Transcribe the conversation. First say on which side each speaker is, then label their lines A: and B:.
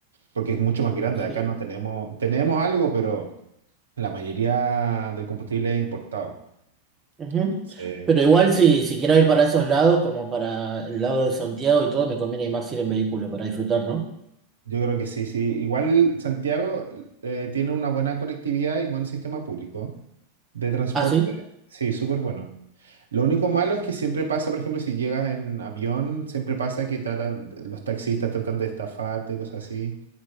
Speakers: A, on the right (about 70°); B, on the right (about 20°).
A: porque es mucho más grande.
B: Sí.
A: Acá no tenemos, tenemos algo, pero la mayoría del combustible es importado.
B: Ujú.
A: Entonces,
B: Pero igual si, si quiero ir para esos lados, como para el lado de Santiago y todo, me conviene más ir en vehículo para disfrutar, ¿no?
A: yo creo que sí, sí. Igual Santiago eh, tiene una buena conectividad y buen sistema público de transporte.
B: Ah, sí.
A: Sí, súper bueno. Lo único malo es que siempre pasa, por ejemplo, si llegas en avión, siempre pasa que tratan, los taxistas tratan de estafarte y cosas así.